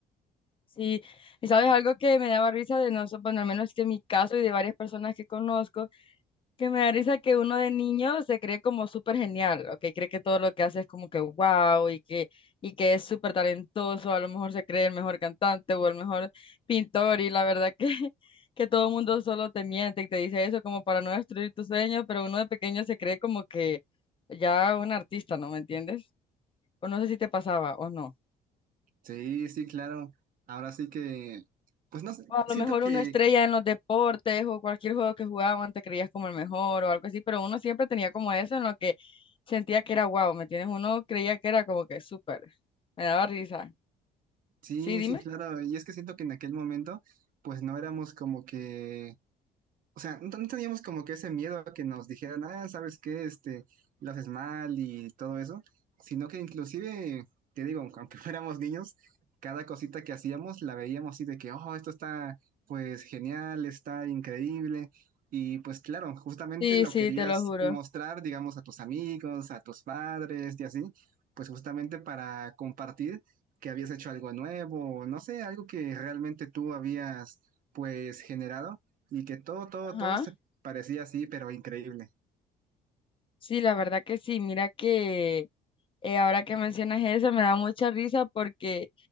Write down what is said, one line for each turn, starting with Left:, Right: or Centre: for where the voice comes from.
Left: Sí, y sabes algo que me daba risa de nosotros, bueno, al menos que en mi caso y de varias personas que conozco, que me da risa que uno de niño se cree como súper genial, ¿ok? Cree que todo lo que hace es como que wow y que, y que es súper talentoso, a lo mejor se cree el mejor cantante o el mejor pintor y la verdad que, <laughs> que todo el mundo solo te miente y te dice eso como para no destruir tus sueños, pero uno de pequeño se cree como que ya un artista, ¿no? ¿Me entiendes? O no sé si te pasaba o no.
Right: Sí, sí, claro. Ahora sí que, pues no sé,
Left: O a
Right: siento
Left: lo mejor
Right: que,
Left: una estrella en los deportes o cualquier juego que jugaban te creías como el mejor o algo así, pero uno siempre tenía como eso en lo que sentía que era guau, ¿me entiendes? Uno creía que era como que súper. Me daba risa.
Right: sí,
Left: Sí, dime.
Right: sí, claro. Y es que siento que en aquel momento, pues no éramos como que O sea, no, no teníamos como que ese miedo a que nos dijeran, ah, ¿sabes qué? Este, lo haces mal y todo eso, sino que inclusive, te digo, aunque <laughs> fuéramos niños, cada cosita que hacíamos la veíamos así de que, oh, esto está pues genial, está increíble. Y pues claro, justamente
Left: Sí,
Right: lo
Left: sí,
Right: querías
Left: te lo juro.
Right: mostrar, digamos, a tus amigos, a tus padres y así, pues justamente para compartir que habías hecho algo nuevo, no sé, algo que realmente tú habías pues generado y que todo, todo,
Left: Ajá.
Right: todo se parecía así, pero increíble.
Left: Sí, la verdad que sí. Mira que eh, ahora que mencionas eso me da mucha risa porque